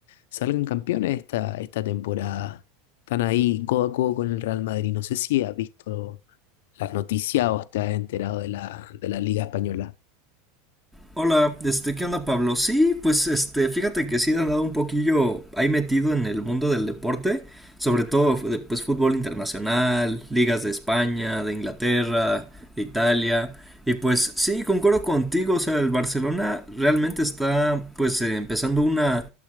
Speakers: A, on the left (about 75°); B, in the centre.
A: salgan campeones esta, esta temporada. Están ahí codo a codo con el Real Madrid. No sé si has visto las noticias o te has enterado de la, de la Liga Española.
B: Hola, este, ¿qué onda, Pablo? Sí, pues este, fíjate que sí he andado un poquillo ahí metido en el mundo del deporte, sobre todo de, pues fútbol internacional, ligas de España, de Inglaterra, de Italia, y pues sí, concuerdo contigo, o sea, el Barcelona realmente está pues eh, empezando una